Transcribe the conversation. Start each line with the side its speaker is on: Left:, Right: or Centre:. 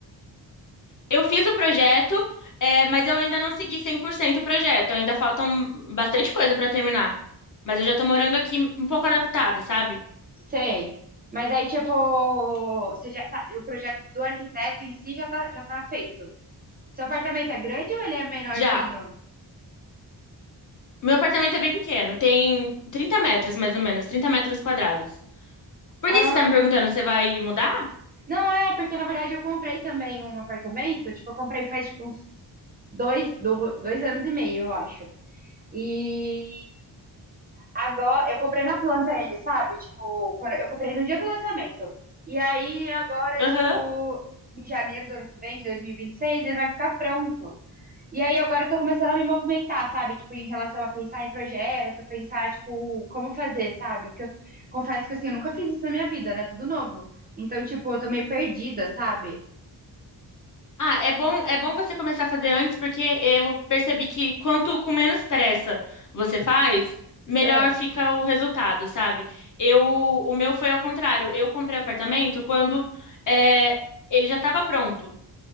Left: Eu fiz o projeto, é, mas eu ainda não segui 100% o projeto. Ainda faltam bastante coisa pra terminar. Mas eu já tô morando aqui um pouco adaptada, sabe?
Right: Sei. Mas aí, tipo, você já tá, o projeto do arquiteto em si já tá, já tá feito. Seu apartamento é grande ou ele é menorzinho?
Left: Já. Meu apartamento é bem pequeno, tem 30 metros mais ou menos, 30 metros quadrados. Por
Right: Ah,
Left: que que você tá me perguntando? Você vai mudar?
Right: não é, porque na verdade eu comprei também um apartamento, tipo, eu comprei faz tipo uns dois, do- dois anos e meio, eu acho. E Agora, eu comprei na planta ele, sabe? Tipo, quando- eu comprei no dia do lançamento. E aí, agora,
Left: Aham.
Right: tipo, em janeiro do ano que vem, de 2026, ele vai ficar pronto. E aí, agora eu tô começando a me movimentar, sabe? Tipo, em relação a pensar em projeto, pensar, tipo, como fazer, sabe? Porque eu confesso que, assim, eu nunca fiz isso na minha vida, né? Tudo novo. Então, tipo, eu tô meio perdida, sabe?
Left: Ah, é bom, é bom você começar a fazer antes, porque eu percebi que quanto com menos pressa você faz, melhor
Right: Ah,
Left: fica o resultado, sabe? Eu, o meu foi ao contrário. Eu comprei apartamento quando é, ele já estava pronto.